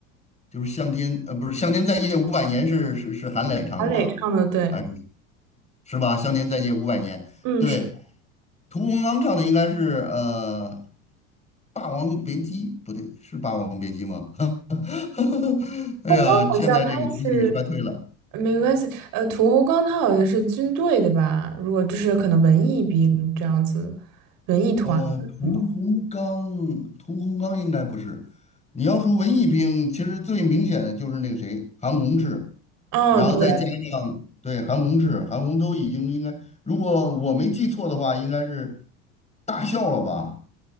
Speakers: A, on the left; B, on the right.
A: 就是《向天》呃，不是《向天再借五百年》是是是韩磊唱的吧？
B: 韩磊唱的对，
A: 还是是吧？《向天再借五百年》对，
B: 嗯是，
A: 屠洪刚唱的应该是呃《霸王别姬》，不对，是《霸王别姬》吗？<laughs> 哎呀，
B: 风刚，好像他是
A: 现在这个记忆力衰退了。
B: 没关系，呃，屠洪刚他好像是军队的吧，如果就是可能文艺兵这样子，文艺团，
A: 呃，屠洪刚，
B: 嗯，
A: 屠洪刚应该不是。你要说文艺兵，其实最明显的就是那个谁，韩红是，
B: 哦对。
A: 然后再加上对韩红是，韩红都已经应该，如果我没记错的话，应该是大笑了吧？